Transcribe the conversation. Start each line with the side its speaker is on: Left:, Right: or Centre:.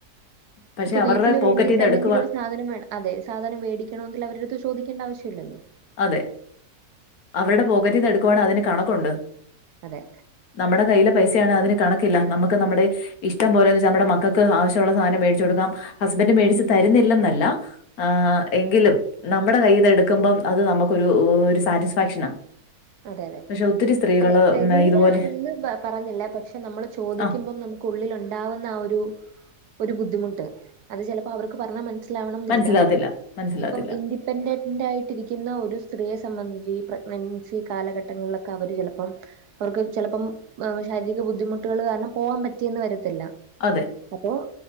Left: പക്ഷെ
Right: ഇപ്പൊ
Left: അവരുടെ
Right: വീട്ടില്
Left: പോക്കറ്റീന്ന്
Right: വേണ്ടീട്ട് എന്തെങ്കിലു
Left: എടുക്കുവാ
Right: ഒരു സാധനം വേണം അതെ സാധനം വേടിക്കണോങ്കില് അവരട്ത്ത് ചോദിക്കേണ്ട ആവശ്യലല്ലോ
Left: അതെ അവരുടെ പോക്കറ്റിന്ന് എടുക്കുവാണെ അതിന് കണക്കുണ്ട്.
Right: അതെ.
Left: നമ്മടെ കൈയ്യിലെ പൈസയാണെ അതിന് കണക്കില്ല നമ്മക്ക് നമ്മടെ. ഇഷ്ടം പോലെന്ന്ച്ചാ നമ്മടെ മക്കക്ക് ആവശ്യള്ള സാനം മേടിച്ചോട്ക്കാം ഹസ്ബന്റ് മേടിച്ച് തര്ന്നില്ലെന്നല്ലാ. ആഹ് എങ്കിലും നമ്മടെ കയ്യിന് എടുക്കുംമ്പം. അത് നമുക്കൊരു ഒരു സാറ്റിസ്ഫാക്ഷനാ.
Right: അതെതെ
Left: പക്ഷെ ഒത്തിരി സ്ത്രീകള്
Right: തെ തെരില്ലാ
Left: മ് ഇതുപോലെ
Right: എന്ന് പറഞ്ഞില്ല പക്ഷേ നമ്മള് ചോദിക്കുംമ്പം
Left: ആഹ്
Right: നമു ക്കുള്ളിലുണ്ടാവുന്ന ആ ഒരു ഒരു ബുദ്ധിമുട്ട് അത് ചെലപ്പോ അവർക്ക് പറഞ്ഞാ മൻസ് ലാവണംന്നില്ല
Left: മനസ്സിലാകത്തില്ല, മനസ്സിലാകത്തില്ല.
Right: ഇപം ഇൻഡിപെൻ ന്റായിട്ടിര്ക്ക്ന്ന ഒരു സ്ത്രീയെ സംബന്ധിച്ച് ഈ പ്രഗ്നൻസി കാലഘട്ടങ്ങള്ലൊക്കെ അവര് ചെലപ്പം അവർക്ക് ചെലപ്പം വവ് ശാരീരിക ബുദ്ധിമുട്ട്കള് കാര്ണം പോവാൻ പറ്റിയന്ന് വരത്തില്ല.
Left: അതെ.
Right: അപ്പൊ.